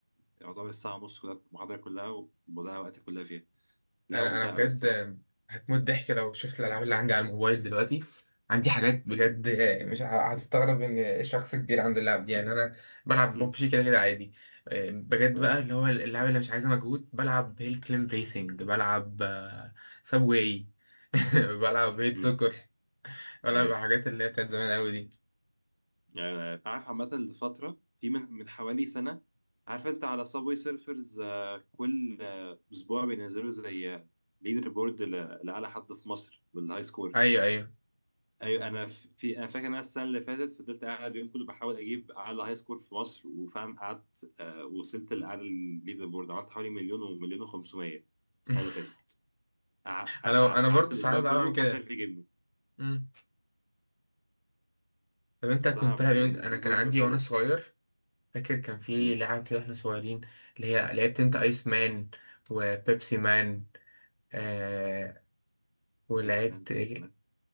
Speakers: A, on the right; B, on the left.
A: يعتبر الساعه ونص كلها في المحاضره كلها وبضيع وقتي كلها فيها لعبه
B: انا
A: ممتعه
B: انا بجد
A: قوي الصراحه
B: هتموت ضحك لو شفت الالعاب اللي عندي على الموبايل دلوقتي عندي حاجات بجد مش ه- هتستغرب ان شخص كبير عنده اللعب دي يعني انا بلعب
A: إيه.
B: ببجي كده كده عادي بجد
A: مم.
B: بقى اللي هو اللعب اللي مش عايزه مجهود بلعب هيل كليم ريسنج بلعب سابواي <laughs> بلعب هيت
A: مم.
B: سكر بلعب
A: ايوه
B: حاجات اللي هي بتاعت زمان قوي دي
A: يعني أنا عارف عامة لفترة في من من حوالي سنة عارف انت على صابوي سيرفرز آه، كل آه، اسبوع بينزلوا زي ليدر بورد لأعلى حد في مصر بالهاي سكور
B: ايوه ايوه
A: ايوه انا ف- في انا فاكر إن انا السنة اللي فاتت فضلت قاعد اليوم كله بحاول اجيب اعلى هاي سكور في مصر وفعلا قعدت آه، وصلت لأعلى الليدر بورد عملت حوالي مليون ومليون و500 السنة
B: <laughs>
A: اللي فاتت قع- قع-
B: انا انا
A: قعدت
B: برضو
A: الاسبوع
B: ساعات بعمل
A: كله محدش
B: كده
A: عارف يجيبني
B: مم. طب انت
A: بس
B: كنت
A: صراحة
B: تلعب إيه وأنت-
A: صابوي
B: انا كان عندي
A: سيرفرز
B: وانا
A: حلو
B: صغير فاكر كان في
A: مم.
B: لعب كده احنا صغيرين اللي هي لعبت انت ايس مان وبيبسي مان آه ولعبت
A: ايس مان بيبسي
B: ايه؟
A: مان.